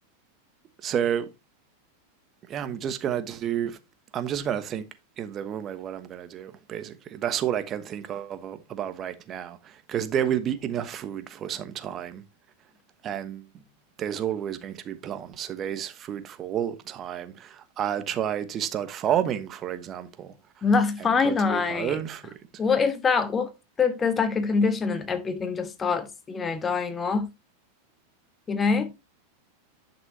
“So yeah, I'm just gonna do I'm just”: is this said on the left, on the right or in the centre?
Right